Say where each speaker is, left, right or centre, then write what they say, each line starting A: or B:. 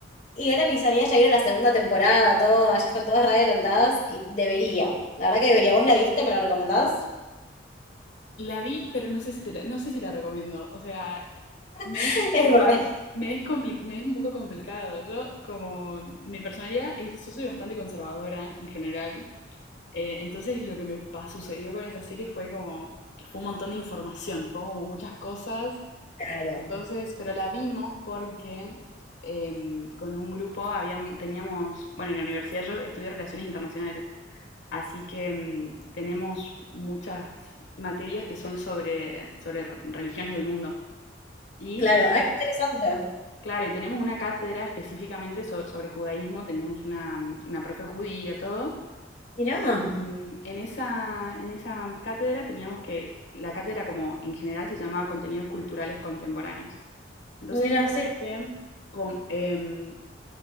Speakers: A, on the left; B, on the left.
A: y ahora mis amigas ya vieron la segunda temporada, todas, ya están todas re adelantadas y deberían. La verdad que debería. ¿Vos la viste? ¿Me la recomendás?
B: La vi, pero no sé si te la, no sé si la recomiendo. O sea, me
A: <laughs>
B: es,
A: Es verdad.
B: me es, compli- me es un poco complicado. Yo, como mi personalidad, es- yo soy bastante conservadora en general. Eh, entonces lo que me pa- sucedió con esa serie fue como, fue un montón de información, fue como muchas cosas.
A: Claro,
B: Entonces, pero la vimos porque em, con un grupo habíam- teníamos, bueno, en la universidad yo estudié relaciones internacionales, así que em, tenemos muchas materias que son sobre, sobre re- religiones del mundo. Y,
A: claro.
B: te-
A: Ay, qué interesante.
B: claro, y tenemos una cátedra específicamente so- sobre judaísmo, teníamos una, mm, una profe judía, todo.
A: Mirá,
B: Mm, En esa, en esa cátedra teníamos que, la cátedra como en general se llamaba Contenidos Culturales Contemporáneos. Entonces
A: mirá,
B: teníamos
A: sí.
B: que com- em,